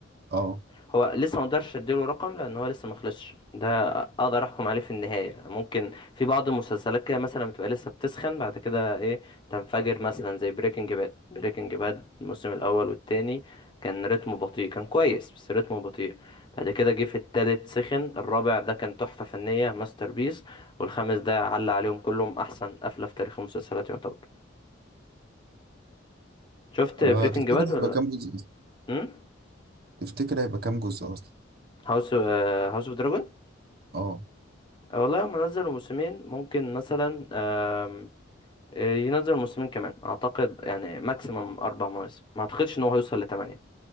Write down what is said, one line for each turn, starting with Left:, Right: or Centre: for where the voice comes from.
Right: اه
Left: هو لسه ما اقدرش اديله رقم لان هو لسه ما خلصش ده اقدر احكم عليه في النهايه ممكن في بعض المسلسلات كده مثلا بتبقى لسه بتسخن بعد كده ايه تنفجر مثلا زي بريكنج باد بريكنج باد الموسم الاول والتاني كان رتمه بطيء كان كويس بس رتمه بطيء بعد كده جه في التالت سخن الرابع ده كان تحفه فنيه ماستر بيس والخامس ده علق عليهم كلهم احسن قفله في تاريخ المسلسلات يعتبر شفت
Right: آه،
Left: بريكنج
Right: تفتكر
Left: باد ولا
Right: هيبقى كام جزء أصلا؟
Left: امم
Right: تفتكر هيبقى كام جزء أصلا
Left: هاوس هاوس اوف دراجون
Right: اه
Left: والله هم نزلوا موسمين ممكن مثلا آم، ينزل موسمين كمان اعتقد يعني ماكسيمم اربع مواسم ما اعتقدش ان هو هيوصل لثمانية